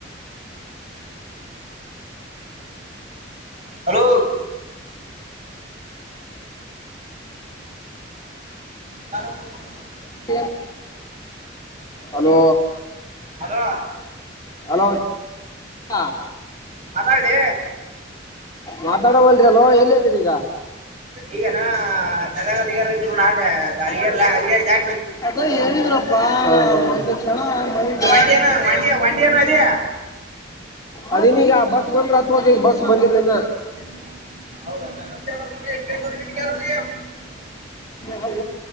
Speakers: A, on the right; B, on the left.
A: <inaudible> ಹಲೋ ಕರಪು <inaudible>
B: ಹ <inaudible> ಹಲೋ
A: ಹಲೋ
B: ಹಲೋ ಹ
A: ಮಾತಾಡ್ಲಿ
B: ಮಾತಾಡವಲ್ ಅಲ್ವ ಎಲ್ಲಿ ಹೇಳ್ದರಿ ಈಗ
A: ಈಗ ನಾ ಸದಗಾಲಾರ ಇದರು ನಾಳೆ ಅಧ ಅಧಾ
B: ಅದ ಹೇಳಿದ್ರಪ್ಪಾ ಒಂದ ಕ್ಷಣ ಮೈಂಡ
A: ಏ, ವಂಡಿ ಏನ ವಂಡಿ ವಂಡಿ ಏನೋ ಇದೆಯಾ
B: ಅದನೀಗ ಬಸ್ ಬಂದ್ರ ಅಥವಾ ಬಸ್ ಬಂದಿರ್ಲನ
A: ಹೌದಾಾರೋಗ
B: ಹೌ